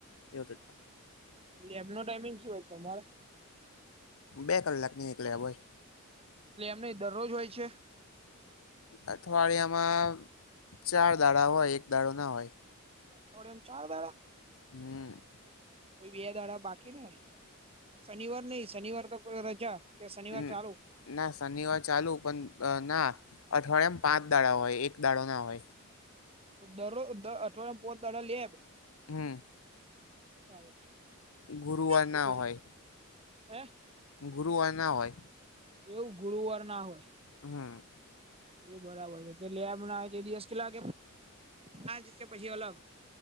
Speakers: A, on the left (about 75°); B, on the right (about 30°).
A: એવું રીતના
B: એવુ એમનો ટાઈમિંગ શું હોય છે તમારો
A: બે કલાક નીકળ્યા હોય
B: એમ નઈ દરરોજ હોય છે
A: અઠવાડિયામાં ચાર દાડા હોય એક દાડા ના હોય
B: અઠવાડિયા ચાર દડા
A: હમ
B: બે દાડા બાકી ને શનિવાર નહી શનિવાર તો રજા કે શનિવાર
A: હમ
B: ચાલુ
A: ના શનિવાર ચાલુ પણ અ ના અઠવાડિયામાં પાંચ દાડા હોય એક દાડો ના હોય
B: દરો દ અઠવાડિયામાં બો દાડા લે
A: હમ
B: <unintelligible>
A: ગુરુવાર
B: તો
A: ના
B: પછી
A: હોય
B: હે
A: ગુરુવાર ના હોય
B: એવું ગુરુવાર ના હોય
A: હમ
B: એ બરાબર છે તેડી એમના એ ટીડીએસ કેટલા લાગે <inaudible> પછી અલગ